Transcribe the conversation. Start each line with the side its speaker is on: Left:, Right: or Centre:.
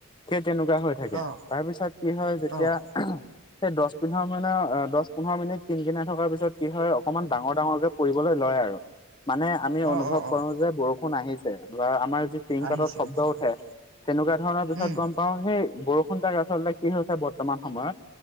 Left: সেই তেনেকুৱা হৈ থাকে
Right: অ',
Left: তাৰ পিছত কি হয় যেতিয়া
Right: অ',
Left: আহাঁ সেই দচ পোন্ধৰ মিন অ দচ পোন্ধৰ মিনিট কিনকিন থকাৰ পিছত কি হয় অকনমান ডাঙৰ - ডাঙৰকে পৰিবলৈ লয় আৰু মানে আমি
Right: অ',
Left: অনুভৱ
Right: অ', অ',
Left: কৰো যে বৰষুণ আহিছে বা আমাৰ যি তিং
Right: আহিছে
Left: পাতত শব্দ
Right: আহিছে
Left: উঠে
Right: হয়,
Left: তেনেকুৱা ধৰণৰ দু
Right: উম,
Left: পাও সেই বৰষুনজাক আচলতে কি হৈছে বৰ্তমান সময়ত,